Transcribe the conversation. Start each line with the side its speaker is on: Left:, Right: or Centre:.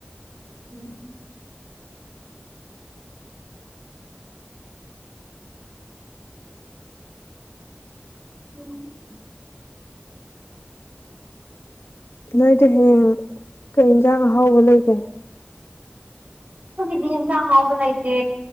Right: ꯎꯝ ꯎꯝ
Left: ꯅꯣꯏꯗꯤ ꯍꯌꯦꯡ ꯀꯩ ꯌꯦꯟꯁꯥꯡ ꯑꯍꯥꯎꯕ ꯂꯩꯒꯦ
Right: ꯑꯩꯈꯣꯏꯒꯤꯗꯤ ꯌꯦꯟꯁꯥꯡ ꯑꯍꯥꯎꯕ ꯂꯩꯇꯦ